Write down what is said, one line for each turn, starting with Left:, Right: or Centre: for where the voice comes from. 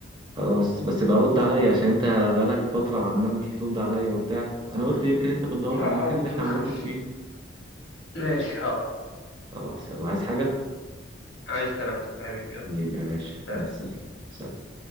Right: خلاص بس بقى رد عليا عشان انت بقالك فترة عمال مش بترد عليا وبتاع انا قلت يمكن انت بتدور
Left: لا
Right: على المكان
Left: هرد
Right: اللي احنا
Left: ما تخافش
Right: هنخرج فيه
Left: ماشي حاضر
Right: خلاص يلا عايز حاجة
Left: عايز سلامتك يا حبيبي يلا
Right: حبيبي يا باشا
Left: سلام
Right: مع السلامة سلام.